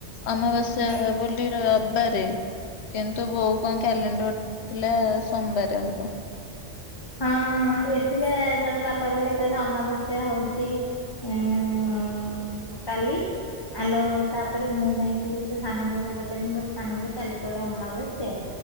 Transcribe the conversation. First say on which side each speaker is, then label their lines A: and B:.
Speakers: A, on the left; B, on the left.
A: ଆମବାସ୍ୟା
B: ହୁଁ
A: ହବ କାଲି ରବିବାରେ କିନ୍ତୁ ବୋଉ କଣ କ୍ୟାଲେଣ୍ଡର ଥିଲା ସୋମବାରେ ହବ।
B: ହଁ ଏଥି ବା ଜଣେ ବାପା କହିଲେ କହିଲେ ଅମାବାସ୍ୟା ହଉଛି ଉଁ କାଲି। ଆଲୋ ତାପରେ ମୁଁ ଯାଇକି ସେ ସାନ ବୋଉ କୁ ପଚାରିଲି ମୁ କହିଲି ସାନ ବୋଉ କାଲି କୁଆଡେ ଅମାବାସ୍ୟା?